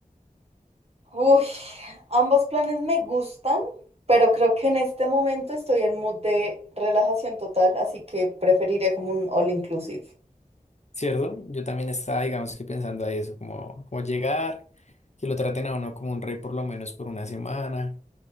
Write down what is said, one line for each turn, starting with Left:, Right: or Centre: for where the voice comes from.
Right: Uy, ambos planes me gustan, pero creo que en este momento estoy en mood de relajación total, así que preferiría como un all inclusive.
Left: ¿Cierto? Yo también estaba, digamos que pensando a eso, como, como llegar, que lo traten a uno como un rey por lo menos por una semana.